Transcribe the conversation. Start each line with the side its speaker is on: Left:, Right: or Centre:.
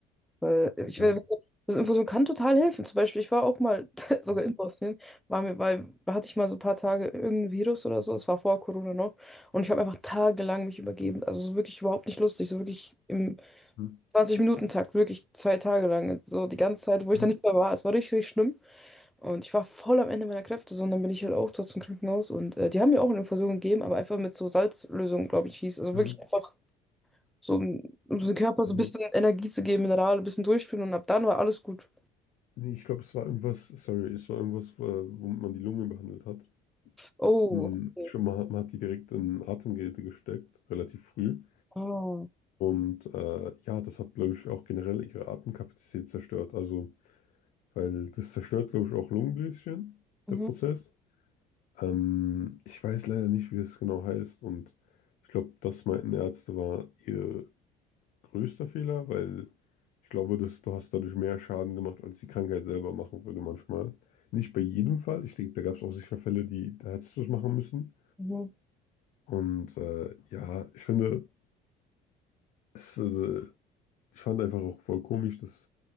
Centre: Weil ich,
Left: ja.
Centre: weil- das Infusion kann total helfen. Zum Beispiel, ich war auch mal <laughs> sogar
Left: Hm,
Centre: in Bosnien, war mir, weil hatte ich mal so ein paar Tage irgendein Virus oder so, es war vor Corona noch. Und ich habe einfach tagelang mich übergeben. Also so wirklich überhaupt nicht lustig, so wirklich im
Left: hm,
Centre: 20-Minuten-Takt, wirklich zwei Tage lang. So die ganze Zeit, wo ich
Left: hm,
Centre: da nicht mehr war. Es war richtig, richtig schlimm. Und ich war voll am Ende meiner Kräfte, so, und dann bin ich halt auch dort zum Krankenhaus. Und äh, die haben mir auch eine Infusion gegeben, aber einfach mit so Salzlösung, glaube ich, hieß. Also
Left: hm.
Centre: wirklich einfach so, um, um dem Körper so
Left: Ja, Nee,
Centre: ein bisschen Energie zu geben, Minerale, ein bisschen durchspülen und ab dann war alles gut.
Left: nee, ich glaube, es war irgendwas, sorry, es war irgendwas, äh, womit man die Lunge behandelt hat.
Centre: Oh,
Left: Hm,
Centre: okay.
Left: schon mal hat, man hat die direkt in Atemgeräte gesteckt, relativ früh.
Centre: Oh.
Left: Und äh, ja, das hat, glaube ich, auch generell ihre Atemkapazität zerstört. Also, weil das zerstört, glaube ich, auch Lungenbläschen,
Centre: Mhm.
Left: der Prozess. Ähm, ich weiß leider nicht, wie das genau heißt. Und ich glaube, das meinten Ärzte war ihr größter Fehler, weil ich glaube, dass du hast dadurch mehr Schaden gemacht, als die Krankheit selber machen würde manchmal. Nicht bei jedem Fall. Ich denke, da gab es auch sicher Fälle, die, da hättest du es machen müssen.
Centre: Mhm.
Left: Und äh, ja, ich finde, es, äh, ich fand einfach auch voll komisch, dass